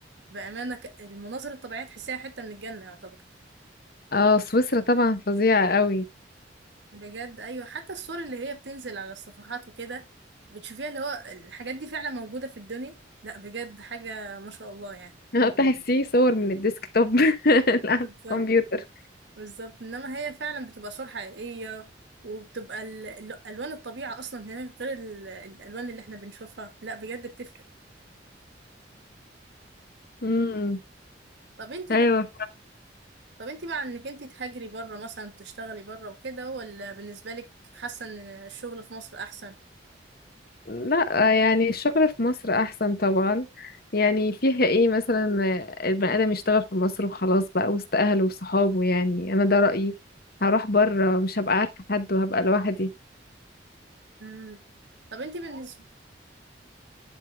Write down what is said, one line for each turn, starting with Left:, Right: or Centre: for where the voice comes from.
Right: بامانه ك... المناظر الطبيعيه تحسيها حته من الجنه يعتبر
Left: اه سويسرا طبعا فظيعة قوي
Right: بجد ايوه حتى الصور اللي هي بتنزل على الصفحات وكده بتشوفيها اللي هو الحاجات دي فعلا موجوده في الدنيا لا بجد حاجه ما شاء الله يعني
Left: <laughs> تحسيه صور من الديسك توب على
Right: بالظبط
Left: <laughs> الكمبيوتر
Right: بالظبط انما هي فعلا بتبقى صور حقيقيه وبتبقى ال- ال- الوان الطبيعه اصلا هناك غير ال- الالوان اللي احنا بنشوفها لا بجد بتفرق
Left: امم
Right: طب انتي
Left: ايوه
Right: مع... طب انتي مع انك انتي تهاجري بره مثلا تشتغلي بره وكده ولا بالنسبه لك حاسه ان الشغل في مصر احسن
Left: لا يعني الشغل في مصر احسن طبعا يعني فيها ايه مثلا البني ادم يشتغل في مصر وخلاص بقى وسط اهله وصحابه يعني انا ده رأيي هروح بره مش هبقى عارفة حد وهبقى لوحدي
Right: مم. طب انتي بالنسبه